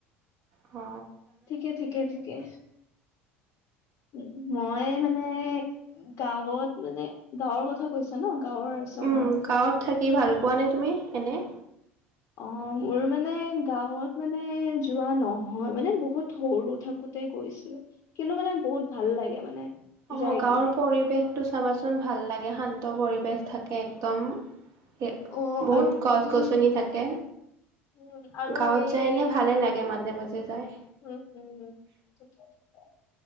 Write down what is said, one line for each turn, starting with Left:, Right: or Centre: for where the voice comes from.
Right: হ
Left: ঠিকেই, ঠিকে, ঠিকে। উ, মই মানে গাঁৱত মানে গাঁৱৰ কথা কৈছা ন' গাঁৱৰ আৰু চহৰ
Right: উম, গাঁৱত থাকি ভাল পোৱানে তুমি এনে?
Left: অ' মোৰ মানে গাঁৱত মানে যোৱা নহয়, মানে বহুত সৰু থাকো তে গৈছিলোঁ কিন্তু মানে বহুত ভাল লাগে, মানে
Right: অ'
Left: যাই
Right: গাঁৱৰ
Left: কিনে।
Right: পৰিৱেশটো চাবাচোন ভাল লাগে, শান্ত পৰিৱেশ থাকে একদম। হে,
Left: অ',
Right: বহুত
Left: আৰু
Right: গছ
Left: উম,
Right: গছনি থাকে।
Left: উম, আৰু
Right: গাঁৱত
Left: এই
Right: যায় এনে ভালে লাগে, মাজে মাজে যায়।
Left: উম উম ঠিকে, ঠিকে।